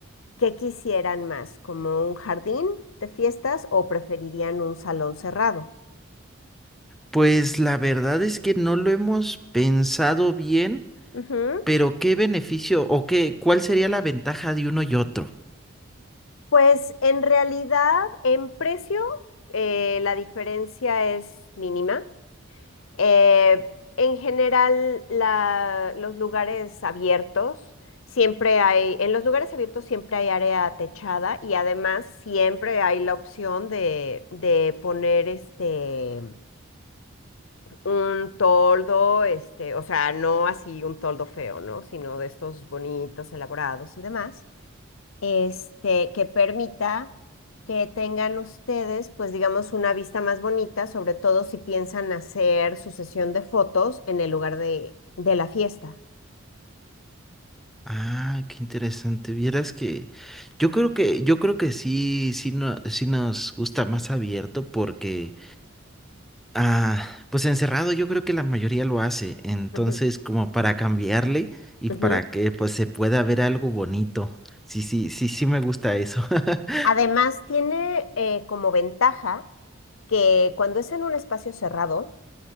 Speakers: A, on the left; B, in the centre.
A: ¿Qué quisieran más? ¿Como un jardín de fiestas o preferirían un salón cerrado?
B: Pues la verdad es que no lo hemos pensado bien,
A: Ujú.
B: pero ¿qué beneficio o qué, cuál sería la ventaja de uno y otro?
A: Pues en realidad, en precio, eh, la diferencia es mínima. Eh, en general, la- los lugares abiertos, siempre hay, en los lugares abiertos siempre hay área techada y además siempre hay la opción de, de poner este, un toldo, este, o sea, no así un toldo feo, ¿no? Sino de estos bonitos, elaborados y demás este, que permita que tengan ustedes, pues digamos, una vista más bonita, sobre todo si piensan hacer su sesión de fotos en el lugar de, de la fiesta.
B: Ah, qué interesante. Vieras que yo creo que yo creo que sí sí no, sí nos gusta más abierto porque ah pues encerrado yo creo que la mayoría lo hace. Entonces,
A: Ujú,
B: como para cambiarle y
A: ujú.
B: para que pues se pueda ver algo bonito. Sí, sí, sí, sí me gusta eso. <laughs>
A: Además, tiene eh, como ventaja que cuando es en un espacio cerrado,